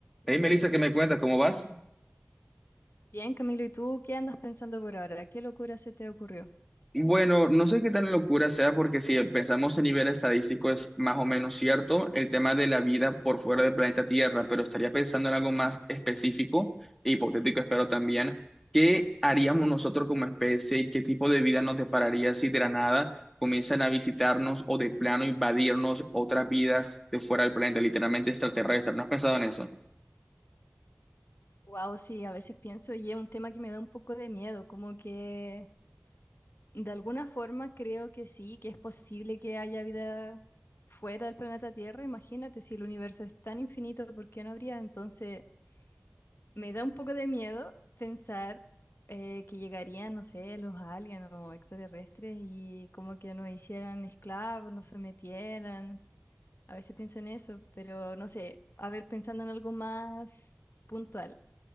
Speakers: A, in the centre; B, on the left (about 70°).
A: Hey, Melissa, ¿qué me cuentas? ¿Cómo vas?
B: Bien, Camilo, ¿y tú qué andas pensando por ahora? ¿Qué locura se te ocurrió?
A: Bueno, no sé qué tan locura sea porque si pensamos en nivel estadístico es más o menos cierto el tema de la vida por fuera del planeta Tierra, pero estaría pensando en algo más específico e hipotético, espero también. ¿Qué haríamos nosotros como especie y qué tipo de vida nos depararía si de la nada comienzan a visitarnos o de plano invadirnos otras vidas de fuera del planeta, literalmente extraterrestres? ¿No has pensado en eso?
B: Wow, sí, a veces pienso y es un tema que me da un poco de miedo, como que de alguna forma creo que sí, que es posible que haya vida fuera del planeta Tierra. Imagínate, si el universo es tan infinito, ¿por qué no habría? Entonces, me da un poco de miedo pensar eh, que llegarían, no sé, los aliens o extraterrestres y como que nos hicieran esclavos, nos sometieran A veces pienso en eso, pero no sé, a ver, pensando en algo más puntual,